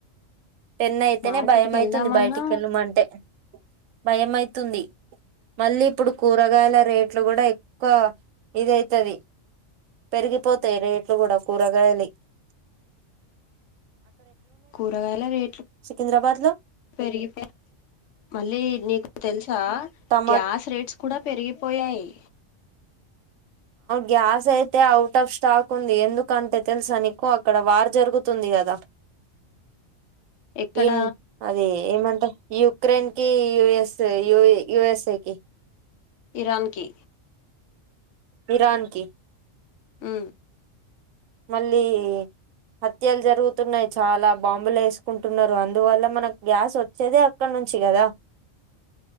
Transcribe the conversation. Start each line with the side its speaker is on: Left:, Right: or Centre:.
Right: టెన్ అయితేనే
Left: మార్కెట్
Right: భయంమయితుంది
Left: కి వెళ్దామన్నా
Right: బయటికి వెళ్ళమ అంటే భయమవుతు తుంది మళ్ళీ ఇప్పుడు కూరగాయల రేట్ ట్లు కూడా ఎక్కువ ఇదైతది పెరిగిపోతాయి రేట్లు కూడా కూరగాయలి
Left: కూరగాయల రేట్లు
Right: సికింద్రాబాద్ లో
Left: పెరిగిపో మళ్ళీ నీకు తెలుసా
Right: టమాటా
Left: గ్యాస్ రేట్స్ కూడా పెరిగిపోయాయి
Right: గ్యాస్ అయితే అవుట్ ఆఫ్ స్టాక్ ఉంది ఎందుకంటే తెలుసా నీకు అక్కడ వార్ జరుగుతుంది గ ద
Left: ఎక్కడ
Right: ఇన్ అదే ఏమంటా యుక్రెన్ కి యుఎస్ యుఎస్ఏకి
Left: ఇరాన్కీ
Right: ఇరాన్ కి
Left: హు
Right: మళ్ళీ హత్యలు జరుగుతున్నాయి చాలా బాంబులు వేసుకుంటున్నారు అందువల్ల మనకు గ్యాస్ వచ్చేదే అక్కడ ను నుంచి గదా